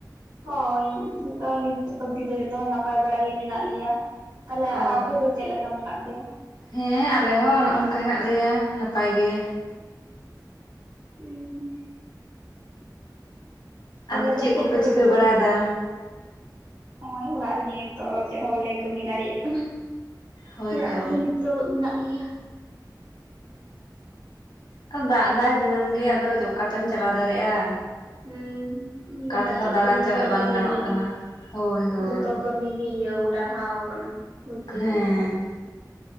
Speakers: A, on the right (about 80°); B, on the left (about 80°).
A: ᱦᱳᱭ ᱡᱚᱛᱚ ᱱᱤᱛ ᱚᱵᱫᱤ ᱫᱚ ᱡᱚᱛᱚ ᱦᱚᱲ ᱱᱟᱯᱟᱭ ᱵᱟᱲᱟ ᱜᱮ ᱢᱮᱱᱟᱜ ᱞᱮᱭᱟ᱾ ᱛᱟᱦᱞᱮ
B: ᱚ
A: ᱟᱨ ᱟᱯᱮ ᱫᱚ ᱪᱮᱫ ᱞᱮᱠᱟ ᱢᱮᱱᱟᱜ ᱯᱮᱭᱟ?
B: ᱦᱮᱸ ᱟᱞᱮ ᱦᱚᱸ ᱱᱚᱜ ᱚᱝᱠᱟ ᱦᱮᱱᱟᱜ ᱞᱮᱭᱟ ᱱᱟᱯᱟᱭ ᱜᱮ᱾
A: ᱦᱩᱸ ᱛᱟᱦᱚᱞᱮ
B: ᱟᱫᱚ
A: ᱫᱚ ᱪᱮᱫ
B: ᱠᱚᱯᱮ
A: ᱠᱚᱫᱚ
B: ᱪᱤᱠᱟᱹ
A: ᱠᱟᱹᱜ
B: ᱵᱟᱲᱟᱭᱮᱫᱟ
A: ᱟᱹᱜ ᱱᱚᱜᱼᱚᱭ ᱚᱲᱟᱜ ᱨᱮᱜᱮ ᱱᱤᱛᱚᱜ ᱪᱮᱫ ᱦᱚᱸ ᱵᱟᱞᱮ ᱠᱟᱹᱢᱤ ᱫᱟᱲᱮᱭᱟᱜ ᱠᱟᱱᱟ᱾
B: ᱦᱳᱭᱛᱚ
A: ᱚᱲᱟᱜ ᱨᱮᱜᱮ ᱱᱤᱛᱚᱜ ᱢᱮᱱᱟᱜ ᱞᱮᱭᱟ
B: ᱦᱮᱸ ᱫᱟᱜ ᱮᱫᱟᱭ ᱫᱤᱱᱟᱹᱢ ᱜᱮ ᱟᱫᱚ ᱚᱠᱟᱛᱮᱢ ᱪᱟᱞᱟᱣ ᱫᱟᱲᱮᱭᱟᱜᱼᱟ
A: ᱦᱮᱸ
B: ᱚᱠᱟ
A: ᱵᱟᱠᱷᱟᱡ
B: ᱛᱮᱦᱚᱸ
A: ᱪᱮᱫ
B: ᱫᱟᱬᱟᱱ
A: ᱠᱟᱹᱢᱤ
B: ᱪᱟᱞᱟᱜ
A: ᱡᱚᱛᱚ
B: ᱵᱟᱝ
A: ᱠᱟᱹᱢᱤ
B: ᱜᱟᱱᱚᱜ
A: ᱜᱤ
B: ᱠᱟᱱᱟ ᱦᱳᱭ ᱦᱳᱭ
A: ᱡᱚᱛᱚ ᱠᱟᱹᱢᱤ ᱜᱤ ᱤᱭᱟᱹ ᱴᱟᱨᱦᱟᱣ ᱠᱟᱱᱟ ᱵᱚᱞᱛᱮ
B: ᱦᱮᱸ
A: ᱜᱮ